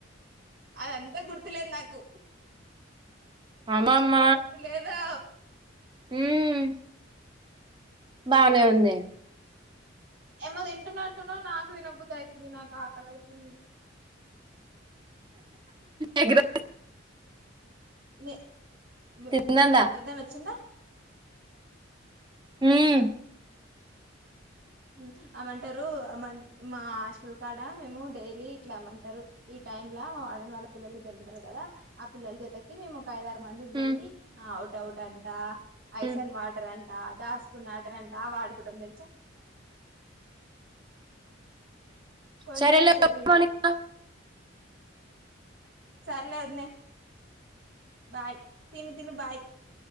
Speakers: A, on the right; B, on the right.
A: అదంతా గుర్తులేదు నాకు.
B: అమ్మమ్మ
A: అదంతా గుర్తులేదూ.
B: ఉమ్ బానే ఉంది
A: ఏమో తింటున్న టునో నాకు తినబుధ్ధి అయితుంది నాక్ ఆకలైతుంది.
B: ఎగ్ర
A: నె బ్
B: తిన్నదా
A: పెద్దన్న ఒచ్చిండా?
B: మ్మ్
A: హ్మ్ ఆమె అంటారూ అమన్ మా ఆస్టల్ కాడా మేమూ డైలీ ఇట్లా ఏమంటారు ఈ టైమ్లా మా వార్డెన్ వాళ్ళ పిల్లలు ఇద్దరు ఉంటారు కదా ఆ పిల్లల చేతకి మేము ఒక ఐదారు మందిమీ పోయి
B: ఉమ్
A: ఆ డౌట్ అంటా ఐసన్
B: ఉమ్
A: వాటర్ అం ట దాస్తుకున్నా అంట్టారంట ఆవాడుకుంటాం తెలుసా కొంచెం
B: సరేలే
A: సేపు
B: <unintelligible>
A: ఇట్లా సర్లే ఒదినే బాయ్ తిను తిను బాయ్